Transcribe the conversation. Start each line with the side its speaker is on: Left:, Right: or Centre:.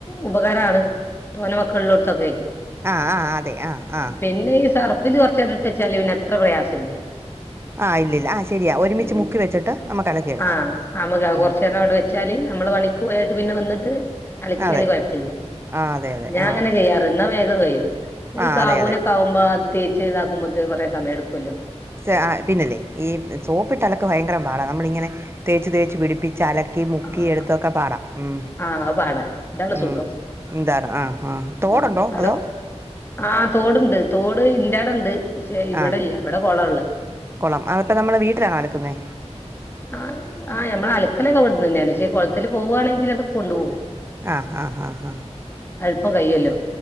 Left: ഉപകാരമാണ് തോനെ മക്കളുള്ളോടത്തൊക്കെ
Right: ആഹ് ആഹ് അതെ ആഹ് ആഹ്
Left: പിന്നെ ഈ സർഫില് കുറച്ച് നേരം ഇട്ട് വെച്ചാ പിന്നെ അത്ര പ്രയാസം ഇല്ല. <inaudible>
Right: ആഹ് ഇല്ലില്ല ആഹ് ശരിയാ ഒരുമിച്ച്
Left: ഉം
Right: മുക്കി വെച്ചിട്ട് നമുക്ക് അലക്കിയെടുക്കാം
Left: ആഹ് നമക്ക് കുറച്ചു
Right: ഉം
Left: നേരം അവിടെ വെച്ചാല് നമ്മള് പണി യിട്ട് പിന്നെ വന്നിട്ട് അലക്കിയാല്
Right: അതെ
Left: കുഴപ്പല്ല.
Right: ആഹ് അതെ അതെ
Left: ഞാൻ
Right: ആഹ്
Left: അങ്ങനെ കഴ്വറ് എന്ന വേഗം കഴിയും
Right: ആഹ്
Left: സാബൂനൊക്കെ
Right: അതെ അതെ
Left: ആവുമ്പോ ആ തേച്ച് ഇതാക്കുമ്പോത്തി കുറേ സമയം എടുക്കുമല്ലോ
Right: <unintelligible> പിന്നല്ലേ ഈ സോപ്പിട്ട് അലക്ക് ഭയങ്കരം പാടാ നമ്മള ഇങ്ങനെ തേച്ച് തേച്ച് പിടിപ്പി ചലക്കി മുക്കി
Left: ആഹ്
Right: എടുത്തൊക്കെ പാടാം ഉം
Left: ആഹ് അത് പാടാ ഇതാണ്
Right: ഉം
Left: സുഖം
Right: എന്താര ആ ആ തോടുണ്ടോ
Left: ഉം അവിടെ
Right: അതോ
Left: ആഹ് തോടുണ്ട് തോട് ഇന്റാടണ്ട് ഇവിടെല്ല
Right: ആഹ്
Left: ഇവിടെ കുളള്ളെ
Right: കുളം അതിപ്പോ നമ്മള് വീട്ടിലാണോ അലക്കുന്നേ
Left: ആ ആ നമ്മൾ അൽക്കലൊക്കെ ആ ആഹ് ഞമ്മള് അലക്കലൊക്കെ ഇവിടുന്ന് തന്നെയാണ് കുളത്തിൽ പോവാണെങ്കിൽ അത് കൊണ്ടുപോകും.
Right: ആഹ് ആഹ് ആഹ് ആഹ്
Left: അപ്പം കയ്യല്ലോ.